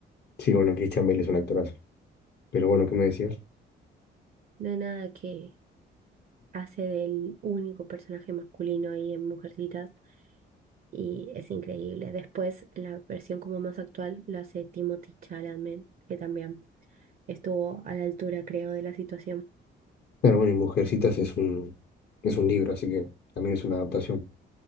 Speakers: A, on the left; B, on the right.
A: sí, bueno, Christian Bale es un actorazo. Pero bueno, ¿qué me decías?
B: No hay nada que hace del único personaje masculino ahí en Mujercitas y es increíble. Después, en la versión como más actual, lo hace Timothy Chalamet, que también estuvo a la altura, creo, de la situación.
A: Claro, bueno, y Mujercitas es un, es un libro, así que también es una adaptación.